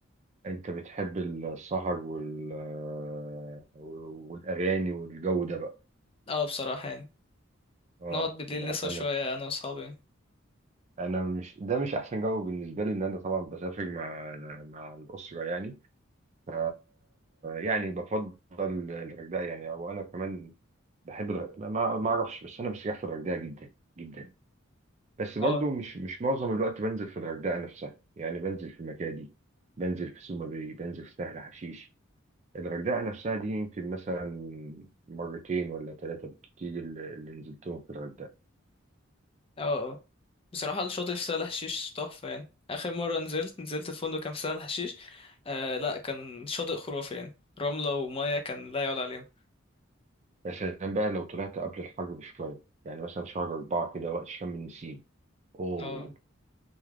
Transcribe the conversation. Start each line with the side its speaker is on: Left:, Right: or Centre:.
Right: انت بتحب السهر وال آه، والاغاني والجو ده بقى
Left: اه بصراحة يعني
Right: اه
Left: نقعد بالليل
Right: لا
Left: نسهر شوية أنا وأصحابي يعني
Right: انا مش ده مش احسن جو بالنسبه لي ان انا طبعا بسافر مع مع الاسره يعني ف يعني بفضل الغردقه يعني او انا كمان بحب الغردقه ما ما اعرفش بس انا بستريح في الغردقه جدا جدا بس برضو
Left: اه
Right: مش مش معظم الوقت بنزل في الغردقه نفسها يعني بنزل في مكادي بنزل في سوما باي بنزل في سهل حشيش الغردقه نفسها دي يمكن مثلا مرتين ولا ثلاثه بالكتير اللي اللي نزلتهم في الغردقه
Left: اه اه بصراحة الشاطئ في سهل حشيش تحفة يعني آخر مرة نزلت نزلت الفندق كان في سهل حشيش آه لا كان شاطئ خرافي يعني رملة ومية كان لا يعلى عليهم
Right: يا سلام بقى لو طلعت قبل الحر بشوية يعني مثلا شهر أربعة كده وقت شم النسيم أوه
Left: اه